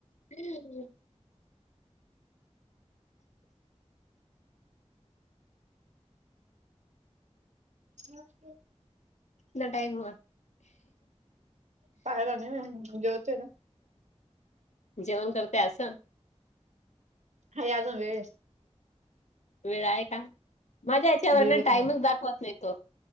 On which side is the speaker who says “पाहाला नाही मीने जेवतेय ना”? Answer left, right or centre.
Right